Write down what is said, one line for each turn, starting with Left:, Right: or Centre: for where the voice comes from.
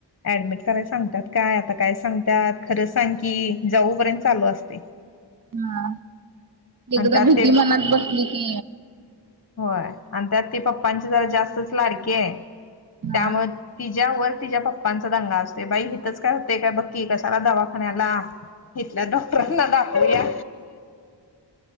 Left: ऍडमिट. खरं कराय सांगतात काय सांगतात खरं सांग की जाऊपर्यंत चालू असते.
Right: हा
Left: आणि
Right: एकदा
Left: त्यात
Right: भीती
Left: ते
Right: मनात बसली की‌,
Left: होय आणि त्यात ती पप्पांची जरा जास्तच लाडकी आहे
Right: हा
Left: त्यामुळे, तिच्या्यावर तिच्या पप्पांचा दंगा असते बाई हिथच काय होते काय बक्की कशला दवाखान्याला, इथल्या डॉक्टरांना दाखवया,